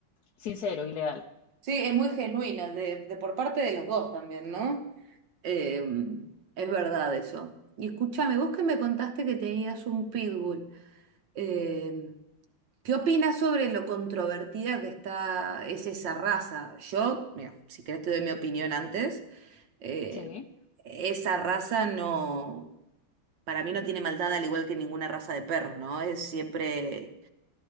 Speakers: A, on the left; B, on the right.
A: sincero y leal,
B: Sí, es muy genuina, de, de por parte de los dos también, ¿no? Eh, es verdad eso. Y escúchame, vos que me contaste que tenías un pitbull. em, ¿Qué opinas sobre lo controvertida que está, es esa raza? Yo, mira, si querés te doy mi opinión antes. Eh,
A: ¿sí?
B: esa raza no, para mí no tiene maldad al igual que ninguna raza de perros, ¿no? Es siempre